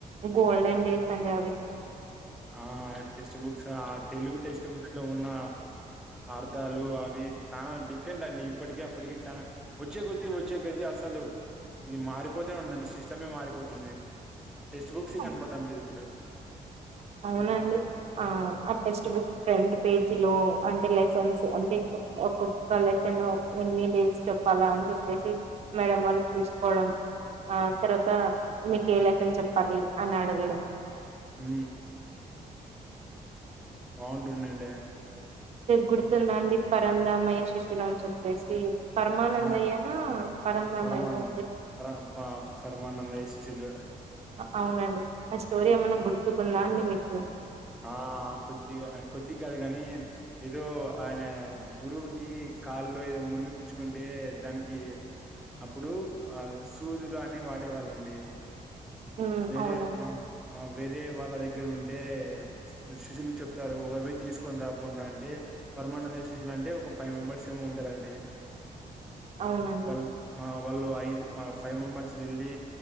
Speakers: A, on the right (about 45°); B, in the centre.
A: గోల్డెన్ డే సం అండే అవి
B: ఆ టెక్స్ట్ బుక్స్ ఆ తెలుగు టెక్స్ట్ బుక్స్ లో ఉన్న అర్థాలు అవి చాలా డిఫరెంట్ అండి ఇప్పటిక అప్పటిక చా వచ్చే కొదిీ వచ్చే కొదిీ అసలు ఇది మారిపోతే ఉండండి సిస్టమే మారిపోతుంది టెక్స్ట్ బుక్స్
A: అవును.
B: కనపడం లేదు ఇప్పుడు
A: అవునండి ఆ ఆ టెక్స్ట్ బుక్ ఫ్రంట్ పేజ్ లో అంటే లెసన్స్ అంటే ఒక్కొక్క లెసన్ ఎన్ని డేస్ చెప్పాలా అని చెప్పేసి మేడం వాళ్ళు చూసుకోవడం ఆ తర్వాత మీకు ఏ లెసన్ చెప్పాలి అని అడగడం
B: హ బాగుంటుండండి
A: గుడుతుందండి పరందామయ్య శిశ్యులు అని చెప్పేసి పరమానంద్
B: ఆ
A: అయ్యానా పరందామ
B: పరమానంద
A: అయనా
B: పర ప పరమానంద శిష్యులు
A: అవునండి ఆ స్టోరీ ఏమన్నా గుర్తుకుందా అండి మీకు స
B: ఆ కొద్దిగా కొద్ది కాదు కాని ఏదో ఆయన గురువుకి కాళ్ల్లో ఏదో ముళ్ళు కుచ్చుకుంటే దానికి అప్పుడు ఆ సూదులు అని వాడేవాళ్ళండి
A: హ్మ్
B: వేరే
A: అవునండి
B: ఆ వేరే వాళ్ళ ద ఇగ్గరు ఉండే శిశ్యులకు చెప్తారు ఒకరి వేపు తీసుకొని రాకుండా అంటే పర్మానెంట్ శిశ్యులు అంటే ఒక ఫైవ్ మెంబర్స్ ఏమో ఉంటారుండి
A: అవునండి.
B: వాల్ వాళ్ళు ఐదు ఫైవ్ మెంబర్స్ వెళ్ళి